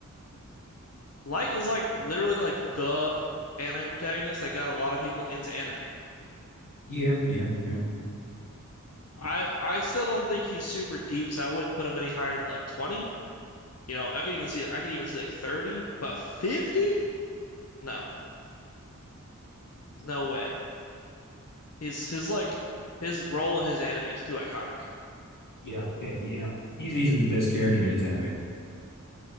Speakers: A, on the left; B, on the left.
A: Light is like literally like the anime protagonist that got a lot of people into anime.
B: Yeah, yeah, yeah,
A: I I still don't think he's super deep, so I wouldn't put him any higher than like 20, You know, I could even see I could even see like 30, but 50? No. No way. He's his like his role in his anime is too iconic.
B: yeah, yeah, yeah. He's easily the best character in his anime.